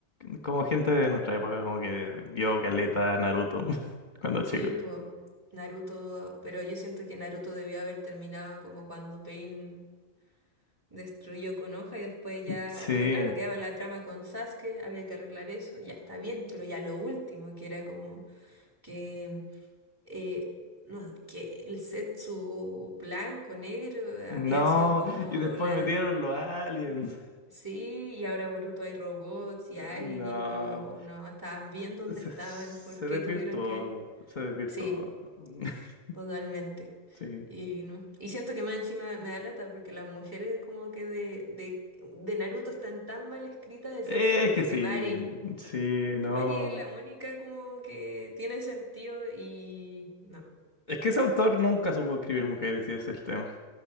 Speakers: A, on the left; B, on the right.
A: como gente de nuestra época, como que vio Caleta, Naruto, <laughs> cuando chico.
B: sí, pues Naruto, pero yo siento que Naruto debió haber terminado como cuando Pain destruyó con hoja y después ya,
A: Sí.
B: pero claro, quedaba la trama con Sasuke, había que arreglar eso, ya está bien, pero ya lo último, que era como que, eh, no, que el Zetsu blanco, negro,
A: No,
B: había sido como
A: y después
B: la...
A: metieron los aliens.
B: Sí, y ahora Boruto hay robots y
A: Eh,
B: alien
A: No,
B: y es como, no, estaban bien donde
A: Eh, se,
B: estaban,
A: se
B: ¿por qué
A: desvirtuó,
B: tuvieron que...?
A: se desvirtuó.
B: Sí,
A: <laughs>
B: Totalmente.
A: Sí,
B: Y, no. Y siento que más encima me da lata porque las mujeres como que de, de, de Naruto están tan mal escritas excepto
A: Eh,
B: por
A: es que
B: Temari.
A: sí, sí, no.
B: Temari es la única como que tiene sentido y no.
A: Es que ese autor nunca supo escribir mujeres y ese es el tema.